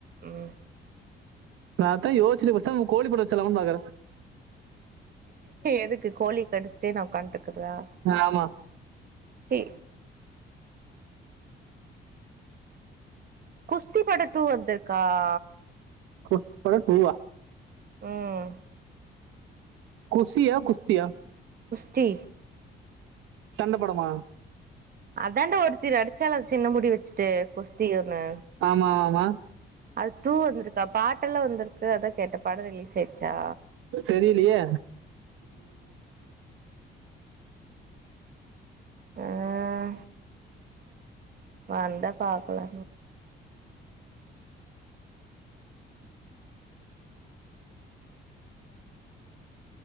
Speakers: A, on the right; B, on the right.
A: உம்
B: நான்தான் யோசிச்சிட்டு பேசாம கோழிப்பண்ண வச்சிலாம்னு பாக்குறேன்
A: எதுக்கு கோழி கடிச்சுட்டே நான் உக்காந்ட்டு இருக்றதா
B: ஆமா
A: சி குஸ்தி படம் டூ வந்துருக்கா ஆ
B: குஸ்தி படம் டூ வா
A: உம்
B: குசியா குஸ்தியா
A: குஸ்தி
B: சண்ட படமா
A: அதாண்ட ஒருத்தி நடிச்சாள சின்ன முடி வச்சுட்டு குஸ்தி ஒன்னு
B: ஆமா ஆமா
A: அது டூ வந்திருக்கா பாட்ட எல்லாம் வந்திருக்கு அதான் கேட்ட படம் ரிலீஸ் ஆயிடுச்சா
B: தெரிலையே
A: ஆ வந்தா பாக்கலா